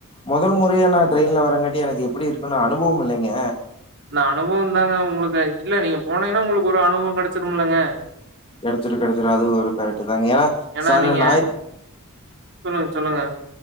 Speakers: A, on the left; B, on the right.
A: முதல் முறையா நா ட்ரெயின்ல வரங்காட்டி எனக்கு எப்டி இருக்குனு அனுபவம் இல்லைங்க
B: இந்த அனுபவொ தாங்க உங்களுக்கு இல்ல நீங்க போனீங்கன்னா உங்களுக்கு ஒரு அனுபவம் கெடைச்சிருமில்லங்க
A: கெடச்சிரு கெடச்சிரு அதுவு ஒரு கரெக்ட்டு தாங்க ஏன்னா
B: ஏன்னா
A: சனி,
B: நீங்க
A: ஞாயித்
B: சொல்லுங்க சொல்லுங்க